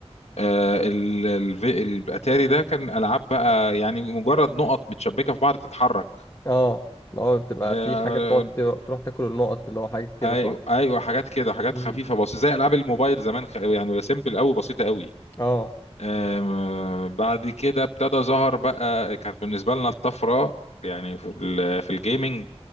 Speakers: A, on the left (about 85°); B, on the left (about 25°).
A: آه ال- ال- الاتاري ده كان العاب بقى يعني مجرد نقط متشبكة في بعض تتحرك
B: اه اللي هو بتبقى
A: آه،
B: في حاجة بتقعد تر- تروح تاكل النقط اللي هو حاجة كده
A: ايوه
B: صح؟
A: ايوه حاجات كده حاجات
B: امم
A: خفيفه بس زي العاب الموبايل زمان خ... يعني سيمبل قوي بسيطه قوي
B: اه
A: آم... بعد كده ابتدى ظهر بقى كانت بالنسبه لنا الطفره يعني في ال... في الجيمنج